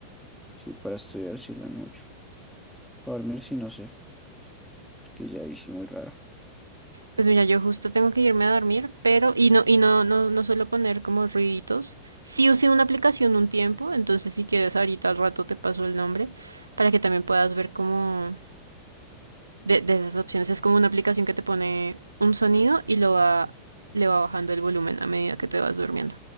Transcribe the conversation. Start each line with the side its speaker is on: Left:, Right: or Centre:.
Centre: Sí, para estudiar sirven mucho. Para dormir sí no sé, porque ya hice muy raro.
Right: Pues mira, yo justo tengo que irme a dormir, pero, y no, y no, no, no suelo poner como ruiditos. Sí usé una aplicación un tiempo, entonces si quieres ahorita al rato te paso el nombre para que también puedas ver como de, de esas opciones. Es como una aplicación que te pone un sonido y lo va, le va bajando el volumen a medida que te vas durmiendo.